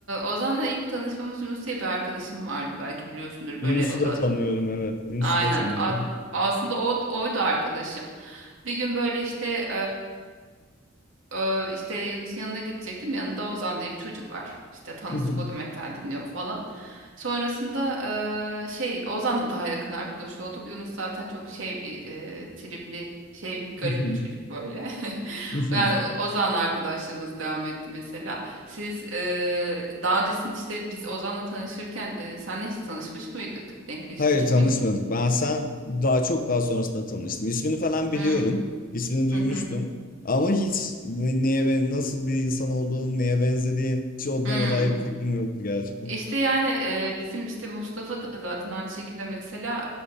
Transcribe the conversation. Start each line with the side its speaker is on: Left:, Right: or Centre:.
Right: Ozan'la ilk tanışmamız Yunus diye bir arkadaşım vardı. Belki biliyorsundur böyle
Left: Yunus'u
Right: o
Left: da
Right: da
Left: tanıyorum evet. Yunus'u
Right: aynen.
Left: da tanıyorum.
Right: A- aslında o, oydu arkadaşım. Bir gün böyle işte e, işte Yunus'un yanına gidecektim. Yanında Ozan diye bir çocuk var. İşte tanıştık
Left: Hı hı.
Right: o da metal dinliyor falan. Sonrasında e, şey Ozan'la daha yakın arkadaş olduk. Yunus zaten çok şey bir e, tripli şey garip
Left: Hı hı.
Right: bir çocuk böyle. <laughs>
Left: Hı hı.
Right: Yani O- Ozan'la arkadaşlığımız devam etti mesela. Siz e, daha öncesinde işte biz Ozan'la tanışırken e, senle hiç tanışmış mıydık? Denkleşmiş
Left: Hayır tanışmadık.
Right: miydik?
Left: Ben sen daha çok daha sonrasında tanıştım. İsmini falan biliyorum.
Right: Hmm,
Left: İsmini
Right: Hı
Left: duymuştum.
Right: hı.
Left: Ama hiç ne- neye ben nasıl bir insan olduğunu, neye benzediğin hiç onlara
Right: Hı.
Left: dair bir fikrim yoktu gerçekten.
Right: İşte yani e, bizim işte Mustafa da zaten aynı şekilde mesela